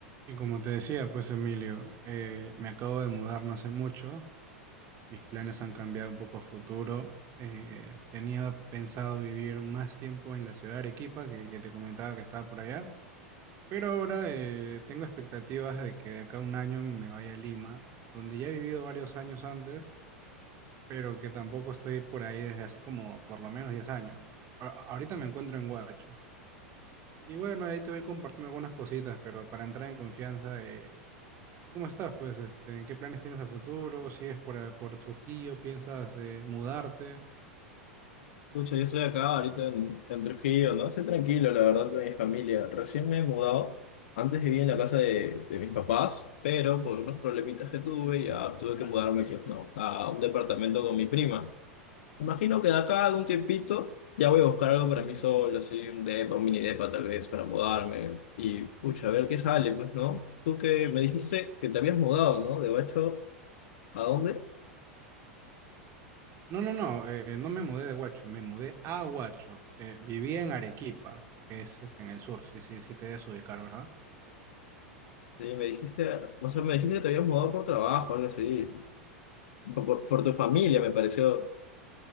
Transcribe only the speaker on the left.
Escucha, yo estoy acá ahorita en, en Trujillo, ¿no? Estoy tranquilo, la verdad, con mi familia. Recién me he mudado. Antes vivía en la casa de, de mis papás, pero por unos problemitas que tuve, ya tuve que mudarme, pues, no, a un departamento con mi prima. Imagino que de acá a un tiempito ya voy a buscar algo para mí solo, así, un depa, un mini depa tal vez, para mudarme. Y, pucha, a ver qué sale, pues, ¿no? Tú que me dijiste que te habías mudado, ¿no? De hecho, ¿a dónde?
Sí, me dijiste, o sea, me dijiste que te habías mudado por trabajo, algo así. o por, por tu familia, me pareció.